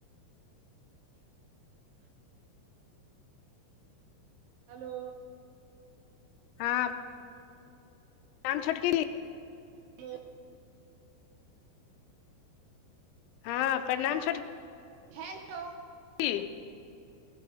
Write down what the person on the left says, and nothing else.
हँ हम छोटकी दिदि
हँ प्रणाम
कि